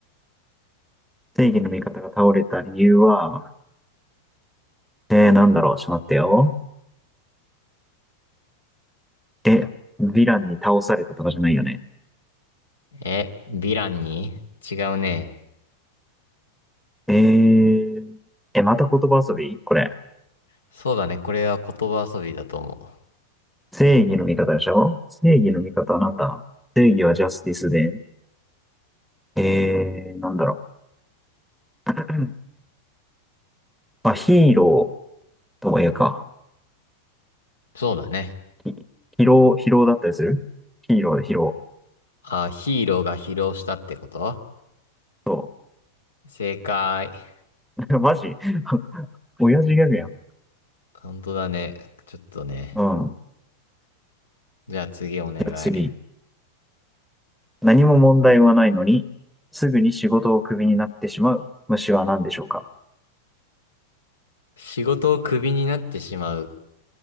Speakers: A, in the centre; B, on the left.
A: 正義の味方が倒れた理由は、えー、なんだろう。ちょっと待ってよ。え、ヴィランに倒されたとかじゃないよね。
B: うえ、ヴィランに違うね。
A: えー、え、また言葉遊びこれ。
B: そうだね。これは言葉遊びだと思う。
A: 正義の味方でしょ正義の味方はなんだ正義はジャスティスで、えー、なんだろう。うんまあ、ヒーローとも言うか、
B: そうだね。
A: ヒヒロー、ヒローだったりするヒーローでヒロ
B: あ、ヒーローが疲労したってこと
A: ー。そ
B: 正解。
A: う。<laughs> マジ <laughs> 親父ギャグやん。
B: 本当だね。ちょっとね。
A: うん。
B: じゃあ次お願い。
A: じゃあ次。何も問題はないのに、すぐに仕事をクビになってしまう虫は何でしょうか
B: 仕事をクビになってしまう